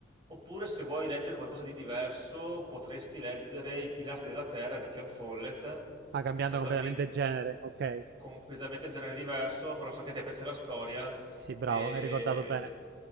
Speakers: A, on the right; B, on the right.
A: Oppure se vuoi leggere qualcosa di diverso, potresti leggere I pilastri della terra di Ken Follett,
B: Ah, cambiando
A: totalmente,
B: completamente il genere, ok.
A: completamente un genere diverso, però so che a te piace la storia
B: Sì, bravo,
A: e,
B: hai ricordato bene.